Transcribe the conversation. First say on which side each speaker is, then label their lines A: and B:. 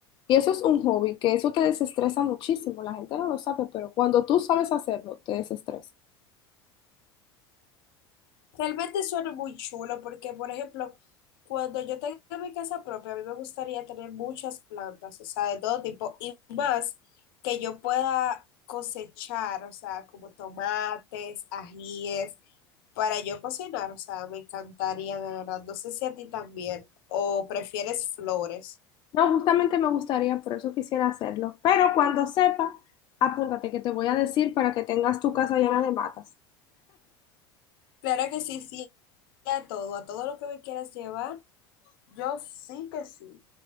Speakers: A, on the left (about 35°); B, on the left (about 60°).
A: Y eso es un hobby, que eso te desestresa muchísimo. La gente no lo sabe, pero cuando tú sabes hacerlo, te desestresa.
B: Realmente suena muy chulo porque, por ejemplo, cuando yo tenga mi casa propia, a mí me gustaría tener muchas plantas, o sea, de todo tipo, y más que yo pueda cosechar, o sea, como tomates, ajíes, para yo cocinar, o sea, me encantaría, de verdad. No sé si a ti también, o prefieres flores.
A: No, justamente me gustaría, por eso quisiera hacerlo. Pero cuando sepa, apúntate que te voy a decir para que tengas tu casa llena de matas.
B: Claro que sí, sí, a todo, a todo lo que me quieras llevar, Yo sí que sí.